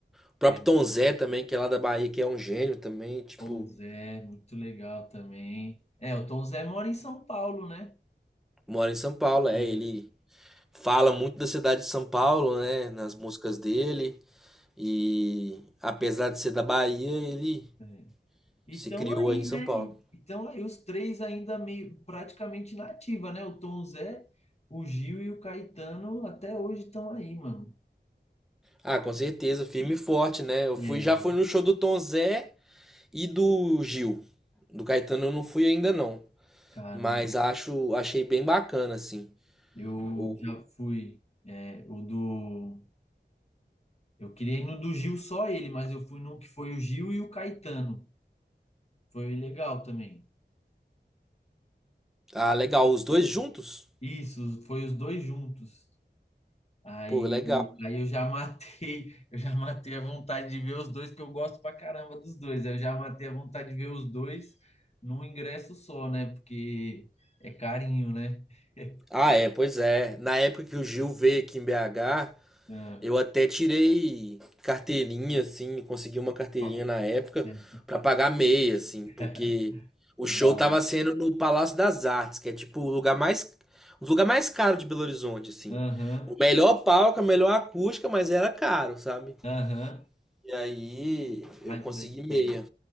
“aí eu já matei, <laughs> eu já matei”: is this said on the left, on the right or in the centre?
Left